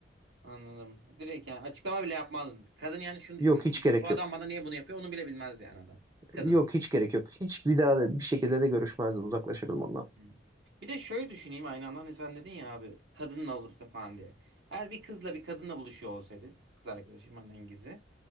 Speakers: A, on the right; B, on the right.
A: anladım. Direkt yani açıklama bile yapmazdın. Kadın yani şunu
B: Yok
A: düşünür.
B: hiç gerek
A: Bu adam
B: yok.
A: bana niye bunu yapıyor onu bile bilmez yani adam. Kadın.
B: Yok hiç gerek yok. Hiç bir daha da bir şekilde de görüşmezdim. Uzaklaşırdım ondan.
A: Hı. Bir de şöyle düşüneyim aynı anda hani sen dedin ya abi kadınla olursa falan diye. Her bir kızla bir kadınla buluşuyor olsaydı, kız arkadaşım benden gizli.